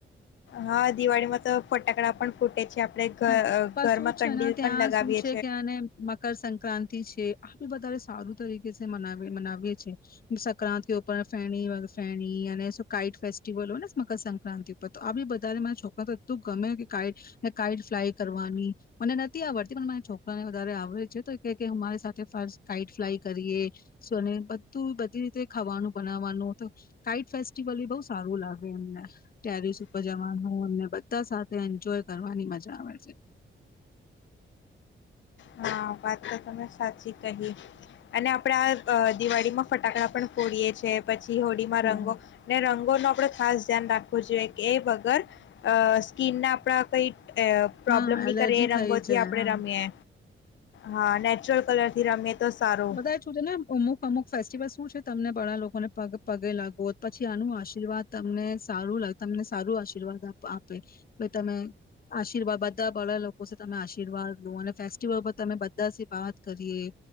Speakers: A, on the left; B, on the left.
A: હા, દિવાળીમાં તો ફટાકડા પણ ફૂટે છે આપણે ઘ
B: હા, પણ
A: ઘરમાં
B: શું છે
A: કંડીલ
B: ને ત્યાં
A: પણ લગાવીએ
B: શું છે કે અને મકરસક્રાંતિ છે આબી વધારે સારું તરીકે કે મનાવીએ છે. સંક્રાંતિ ઉપર ફેણી ફેણી અને કાઇટ ફેસ્ટિવલ હોય ને મકરસક્રાંતિ ઉપર તો આબી બધાને મારા છોકરા તો એટલું ગમે કે કાઈટ કાઇટ ફ્લાય કરવાની મને નથી આવડતી પણ મારા છોકરાને વધારે આવડે છે તો કે કે અમારી સાથે કાઈટ ફ્લાય કરીએ ને બધું બધી રીતે ખાવાનું બનાવવાનું તો કાઈટ ફેસ્ટિવલ એ બહુ સારું લાગે મને ટેરિસ ઉપર જવાનું અને બધા સાથે એન્જોય કરવા ની મજા આવે છે.
A: હા, વાત તો તમે સાચી કહી અને આપડે આ અ દિવાળીમાં ફટાકડા પણ ફોડીયે છે. પછી કિહડીમાં
B: થોડું.
A: રંગો ને રંગોનો આપડે ખાસ ધ્યાન રાખવું જોઈએ કે એ વગર અ સ્કીનના આપણા કઈ અ
B: હા
A: પ્રોબ્લેમ
B: એલર્જી
A: નહી કરીએ એ
B: થઈ
A: રંગોથી
B: જાય
A: આપણે
B: હા.
A: રમીએ. હા નેચરલ કલર થી રમીએ તો સારું
B: બધા છે. ને અમુક અમુક ફેસ્ટિવલ શું છે તમને બળા લોકોને પગે લાગો પછી આનું આશીર્વાદ તમને સારું લ તમને સારું આશીર્વાદ આપે તમે આશીર્વાદ બધા બળા લોકો તમે આશીર્વાદ લો અને ફેસ્ટિવલ બ તમે બધા જ વાત કરીએ